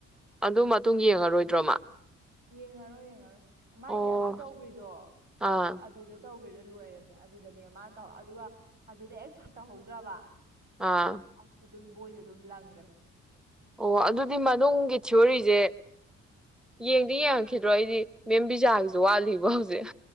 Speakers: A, in the centre; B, on the right.
A: ꯑꯗꯨ ꯃꯇꯨꯡ ꯌꯦꯡꯉꯔꯣꯏꯗ꯭ꯔꯣꯃ
B: ꯌꯦꯡꯉꯔꯣꯏ ꯌꯦꯡꯉꯔꯣꯏ ꯃꯥꯏꯗꯤ
A: ꯑꯣ
B: ꯑꯗꯨ ꯇꯧꯈ꯭ꯔꯤꯗꯣ
A: ꯑꯥ
B: ꯑꯗꯨꯗ ꯇꯧꯈ꯭ꯔꯦꯗ ꯂꯣꯏꯔꯝꯅꯦ ꯑꯗꯨꯗꯅꯦ ꯃꯥꯅ ꯇꯧ ꯑꯗꯨꯒ ꯑꯗꯨꯗ ꯑꯦ ꯁꯥꯏ ꯇꯧꯍꯧꯗ꯭ꯔꯕ
A: ꯑꯥ
B: ꯑꯁ ꯑꯗꯨꯝ ꯕꯣꯏꯗꯣ ꯑꯗꯨꯝ ꯂꯪꯈꯔꯦ
A: ꯑꯣ ꯑꯗꯨꯗꯤ ꯃꯅꯨꯡꯒꯤ ꯊꯤꯑꯣꯣꯔꯤꯁꯦ ꯌꯦꯡꯗꯤ ꯌꯦꯡꯉꯛꯈꯤꯗ꯭ꯔꯣ ꯑꯩꯗꯤ ꯃꯦꯝ ꯕꯤꯖꯥꯒꯤꯁꯨ ꯋꯥꯠꯂꯤꯕ ꯍꯧꯖꯤꯛ